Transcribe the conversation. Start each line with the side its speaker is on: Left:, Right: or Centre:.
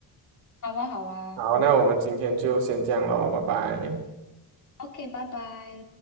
Left: 好啊，好啊
Right: 好，那我们今天就先这样喽，拜拜。
Left: ，OK，拜拜。